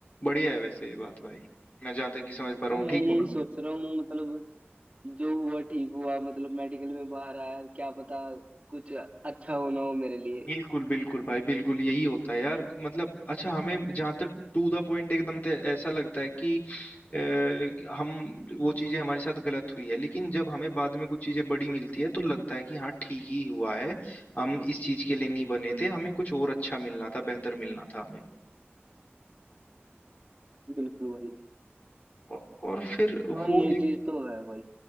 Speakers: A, on the left (about 35°); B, on the right (about 30°).
A: बढ़िया है वैसे ये बात भाई मैं जहाँ तक कि समझ पा रहा
B: हाँ
A: हूँ
B: मैं
A: ठीक
B: यही
A: हूँ ना
B: सोच रहा हूँ मतलब जो हुआ ठीक हुआ मतलब मेडिकल में बाहर आया क्या पता कुछ अच्छा होना हो मेरे लिए
A: बिल्कुल, बिल्कुल भाई, बिल्कुल यही होता है यार। मतलब अच्छा हमें जहाँ तक टू द पॉइंट एकदम ते ऐसा लगता है कि अ, हम वो चीजें हमारे साथ गलत हुई है लेकिन जब हमें बाद में कुछ चीजें बड़ी मिलती है तो लगता है कि हाँ ठीक ही हुआ है हम इस चीज के लिए नहीं बने थे हमें कुछ और अच्छा मिलना था बेहतर मिलना था हमें
B: बिल्कुल भाई
A: औ- और फिर
B: हाँ
A: वो
B: ये चीज तो है भाई